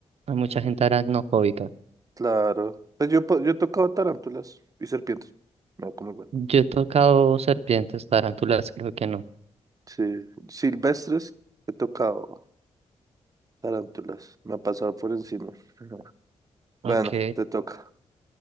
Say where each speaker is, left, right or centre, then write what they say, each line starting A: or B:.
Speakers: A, on the right; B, on the right.
A: Hay mucha gente aracnofóbica.
B: Claro. Pues yo, po- yo he tocado tarántulas y serpientes. Me da como igual.
A: Yo he tocado serpientes, tarántulas, creo que no.
B: Sí, silvestres he tocado tarántulas. Me ha pasado por encima. <laughs> Bueno,
A: Ok.
B: te toca.